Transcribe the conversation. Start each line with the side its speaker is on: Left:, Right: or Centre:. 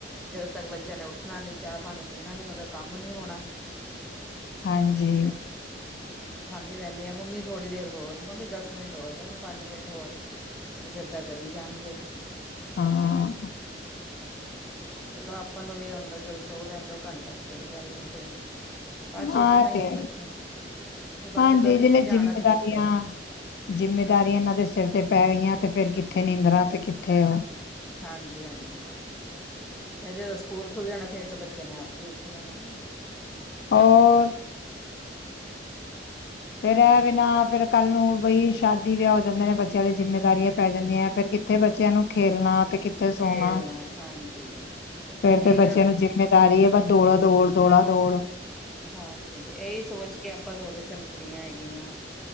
Centre: ਜਦੋਂ ਤੱਕ ਬੱਚਿਆਂ ਨੇ ਉੱਠਣਾ ਨਹੀਂ ਚਾਹ ਪਾਣੀ ਪੀਣਾ ਨਹੀਂ ਉਹਦਾ ਕੰਮ ਨਹੀਂ ਹੋਣਾ
Left: ਹਾਂਜੀ
Centre: ਉਨ੍ਹਾਂ ੳਠਾਨੀ ਰਹਿੰਦੀ ਆ ਮਮੀ ਥੋੜੀ ਦੇਰ ਹੋਰ ਮੰਮੀ ਦਸ ਮਿੰਟ ਹੋਰ ਮਮੀ ਪੰਜ ਮਿੰਟ ਹੋਰ ਬਸ ਏਦਾਂ ਕਰੀ ਜਾਣਗੇ।
Left: ਹਾਂ
Centre: ਚਲੋ ਆਪਾਂ ਨੂੰ ਵੀ ਏ ਹੂੰਦਾ ਚਲ ਸੋ ਲੈਣ ਦੋ ਘੰਟਾ ਕੋਈ ਗੱਲ ਨਹੀਂ ਫੇਰ ਬਾਅਦ 'ਚ
Left: ਆਾਂ
Centre: ਉੱਠਣਾ
Left: ਤੇ ਹੈ
Centre: ਬੱਚੇ
Left: ਹੀ
Centre: ਨੇ ਫਿਰ ਬਾਅਦ
Left: ਹਾਂਜੀ
Centre: 'ਚ ਗਰਮੀ
Left: ਜਿਹੜੇ
Centre: 'ਚ ਜਾਣਾ
Left: ਜਿੰਮੇਵਾਰੀਆਂ
Centre: ਵੀ ਕਿੱਥੇ
Left: ਜਿੰਮੇਦਾਰ
Centre: ਹਾਂਜੀ
Left: ਇਹਨਾਂ ਦੇ ਸਿਰ ਤੇ ਪੈ ਗਈਆਂ। ਤੇ ਫੇਿਰ ਕਿੱਥੇ ਨੀਂਦਾਂ ਤੇ ਕਿੱਥੇ ਉਹ
Centre: ਹਾਂਜੀ-ਹਾਂਜੀ ਫ ਜਦੋਂ ਸਕੂਲ ਖੁੱਲ ਜਾਣਾ ਫੇਿਰ ਤਾਂ ਬੱਚਿਆਂ ਨੇ ਆਪ ਹੀ ਉੱਠ ਜਾਣਾ
Left: ਹੋਰ?
Centre: ਹੂੰ
Left: ਫੇਰ ਇਹ ਬਿਨਾਂ ਫੇਿਰ ਕੱਲ੍ਹ ਨੂੰ ਬਈ ਸ਼ਾਦੀ ਵੀਆ ਹੋ ਜਾਂਦੇ ਨੇ ਬੱਚਿਆਂ ਦੀ ਜਿੰਮੇਦਾਰੀਆਂ ਪੈ ਜਾਂਦੀਆਂ ਫਿਰ ਕਿੱਥੇ ਬੱਚਿਆਂ ਨੂੰ ਖੇਲਣਾ ਤੇ ਕਿੱਥੇ ਸੋਣਾ
Centre: ਖੇਲਣਾ ਹਾਂਜੀ
Left: ਫੇਿਰ
Centre: ਇਹੀ
Left: ਤੇ ਬੱਚਿਆਂ
Centre: ਗੱਲ
Left: ਨੂੰ ਜਿੰਮੇਦਾਰੀ ਹੈ ਬ ਦੌੜਾ ਦੌੜ ਦੌੜਾ ਦੌੜ
Centre: ਹਾਂਜੀ ਇਹੀ ਸੋਚ ਕੇ ਆਪਾਂਦੇ ਚੱਲ ਕੁੜੀਆਂ ਹੈਗੀਆਂ